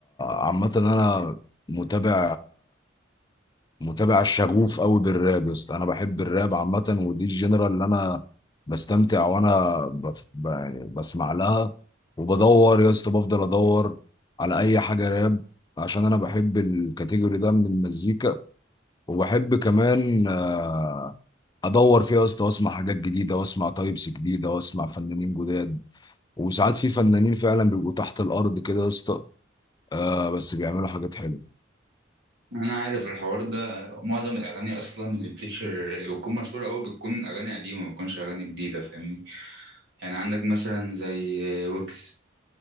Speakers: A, on the left (about 20°); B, on the right (about 60°).
A: عامة انا متابع متابع شغوف قوي بالراب يا اسطى انا بحب الراب عامة ودي الجنرال اللي انا بستمتع وانا بف- ب- يعني بسمع لها وبدور يا اسطى بفضل ادور على اي حاجة راب عشان انا بحب الكاتيجوري ده من المزيكا وبحب كمان آه، ادور فيها يا اسطى واسمع حاجات جديدة واسمع تايبس جديدة واسمع فنانين جداد وساعات في فنانين فعلا بيبقوا تحت الارض كده يا اسطى آه بس بيعملوا حاجات حلوه
B: انا عارف الحوار ده معظم الاغاني اصلا اللي بتشهر اللي بتكون مشهوره قوي بتكون اغاني قديمه ما بتكونش اغاني جديده فاهمني يعني عندك مثلا زي آه، ويجز